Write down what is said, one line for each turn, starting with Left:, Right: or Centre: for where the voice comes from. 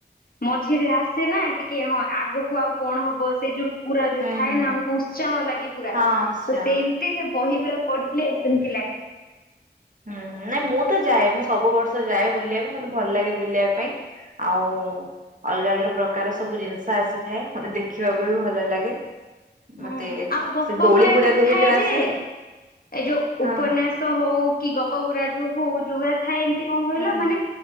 Left: ମଝିରେ ଆସେ ନା ଟିକେ ହଁ ଆଗକୁ ଆଉ କଣ ହବ ସେ ଯୋଉ ପୁରା ଯୋଉ
Right: ହୁଁ
Left: ଥାଏ
Right: ହୁଁ।
Left: ନା ଆମକୁ ଉତ୍ସାହ ଲାଗେ ପୁରା।
Right: ହଁ
Left: ତ
Right: ଉଷା
Left: ସେମିତି ସେ ବହି ଗୁରା ପଢ଼ିଥିଲେ ସେମିତି ଲାଗେ।
Right: ହୁଁ ହୁଁ ନାଇଁ ମୁଁ ତ ଯାଏ ମୁଁ ସବୁ ବର୍ଷ ଯାଏ ବୁଲିବାକୁ ମତେ ଭଲ ଲାଗେ ବୁଲିବା ପାଇଁ। ଆଉ ଅଲଗା ଅଲଗା ପ୍ରକାର ସବୁ ଜିନିଷ ଆସିଥାଏ। ମତେ ଦେଖିବାକୁ ବି ଭଲ ଲାଗେ।
Left: ହୁଁ
Right: ମତେ
Left: ଆଉ ଗପ
Right: ସେ ଦୋଳି
Left: ଗୁରା
Right: ଗୁଡାକ
Left: ଏମିତି ଥାଏ
Right: ବି ଯୋଉ ଆସେ
Left: ଯେ ଏ ଯୋଉ
Right: ହଁ
Left: ଉପନ୍ୟାସ
Right: ହଁ।
Left: ହଉ କି ଗପଗୁୁରା ଯୋଉ ହଉ ଯୋଉରା ଥାଏ ଏମିତି କଣ କହିଲ
Right: ହୁଁ।
Left: ମାନେ